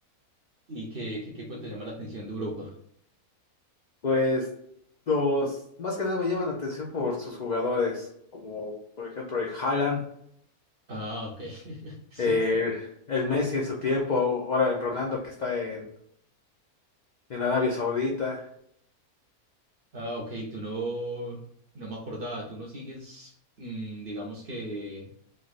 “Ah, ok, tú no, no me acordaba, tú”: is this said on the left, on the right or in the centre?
Right